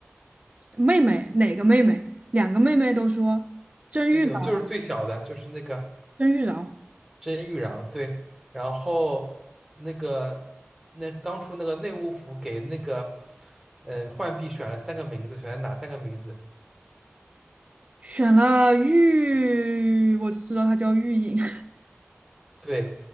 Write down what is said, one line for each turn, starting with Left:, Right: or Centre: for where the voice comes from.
Right: 妹妹哪个妹妹？两个妹妹都说甄玉娆，
Centre: 这个就是最小的，就是那个。
Right: 甄玉娆
Centre: 这些玉娆对，然后那个那当初那个内务府给那个呃浣碧选了三个名字，选了哪三个名字？
Right: 选了玉，我只知道她叫玉隐，
Centre: 对，